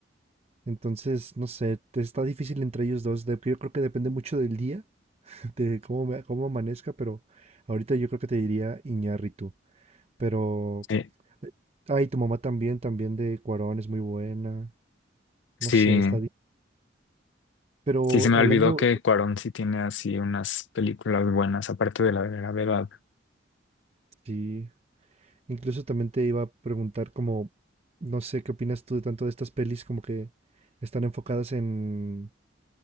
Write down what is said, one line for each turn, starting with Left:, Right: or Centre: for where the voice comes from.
Right: Entonces, no sé, te- está difícil entre ellos dos. de- yo creo que depende mucho del día, <laughs> de cómo, me- cómo amanezca, pero ahorita yo creo que te diría Iñárritu. Pero,
Left: Sí,
Right: eh, ay, tu mamá también, también de Cuarón es muy buena. No
Left: sí,
Right: sé, está bien. Pero
Left: sí se me
Right: hablando,
Left: olvidó que
Right: so,
Left: Cuarón sí tiene así unas películas buenas, aparte de la de gravedad.
Right: sí, incluso también te iba a preguntar como, no sé, ¿qué opinas tú de tanto de estas pelis como que están enfocadas en,